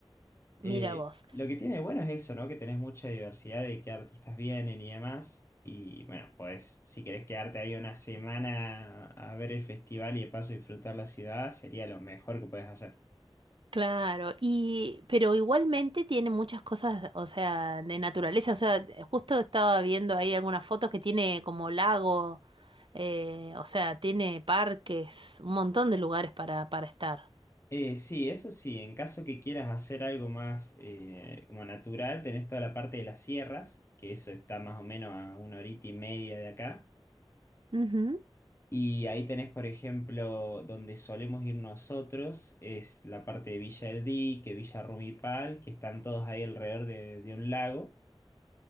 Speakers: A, on the left; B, on the right.
A: Eh,
B: Mira vos.
A: lo que tiene bueno es eso, ¿no? Que tenés mucha diversidad de qué artistas vienen y demás. Y bueno, pues si querés quedarte ahí una semana a ver el festival y de paso disfrutar la ciudad, sería lo mejor que puedes hacer.
B: Claro, y pero igualmente tiene muchas cosas, o sea, de naturaleza, o sea, eh, justo estaba viendo ahí algunas fotos que tiene como lago, eh, o sea, tiene parques, un montón de lugares para para estar.
A: Eh, sí, eso sí, en caso que quieras hacer algo más eh, como natural, tenés toda la parte de las sierras, que eso está más o menos a una horita y media de acá.
B: Ujú,
A: Y ahí tenés, por ejemplo, donde solemos ir nosotros, es la parte de Villa El Dique, Villa Rumipal, que están todos ahí alrededor de, de un lago.